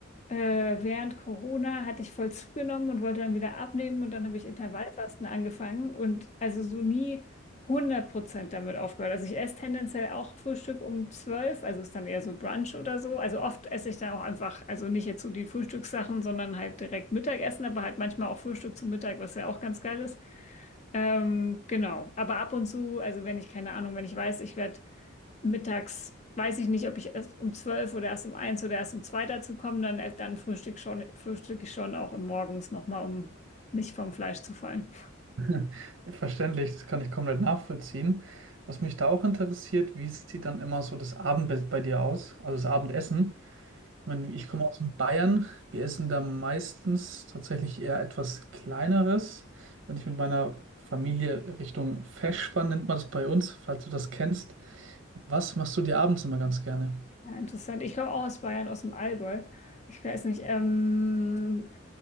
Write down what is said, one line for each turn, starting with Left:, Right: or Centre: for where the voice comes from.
Left: äh, während Corona hatte ich voll zugenommen und wollte dann wieder abnehmen und dann habe ich Intervallfasten angefangen und also so nie hundert Prozent damit aufgehört. Also ich esse tendenziell auch Frühstück um 12, also ist dann eher so Brunch oder so. Also oft esse ich dann auch einfach, also nicht jetzt so die Frühstückssachen, sondern halt direkt Mittagessen, aber halt manchmal auch Frühstück zum Mittag, was ja auch ganz geil ist. Ähm, genau, aber ab und zu, also wenn ich keine Ahnung, wenn ich weiß, ich werde mittags, weiß ich nicht, ob ich erst um 12 oder erst um eins oder erst um 2 dazu komme, dann, äh, dann frühstück schon, frühstück ich schon auch morgens nochmal, um nicht vom Fleisch zu fallen.
Right: <laughs> Verständlich, das kann ich komplett nachvollziehen. Was mich da auch interessiert, wie sieht dann immer so das Abendbett bei bei dir aus, also das Abendessen? Ich meine, ich komme aus Bayern. Wir essen da meistens tatsächlich eher etwas Kleineres. Wenn ich mit meiner Familie Richtung Feschbar, nennt man das bei uns, falls du das kennst. Was machst du dir abends immer ganz gerne?
Left: Ja, interessant. Ich komme auch aus Bayern, aus dem Allgäu. Ich weiß nicht, ähm,